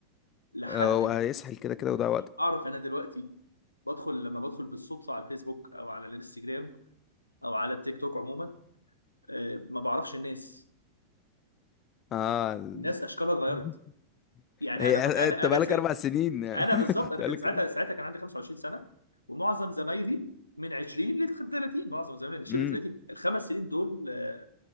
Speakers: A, on the left; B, on the left.
A: لحد
B: اه، هو هيسحل كده كده وده وقت
A: اعرف انا دلوقتي بدخل لما بدخل بالصدفه على الفيسبوك او على الانستجرام او على التيك توك عموما آه، ما بعرفش الناس
B: اه ال...
A: الناس اشكالها اتغيرت
B: <laughs>
A: يعني
B: هي
A: انا ك- انا
B: انت
A: انا
B: بقالك
A: سي...
B: اربع سنين <laughs> انت
A: انا بالظبط انا
B: بقالك
A: كان ساعتها
B: اربع
A: ساعتها كان عندي 25 سنه ومعظم زمايلي من 20 ل 30 معظم زمايلي من 20
B: امم
A: ل 30 الخمس سنين دول آه،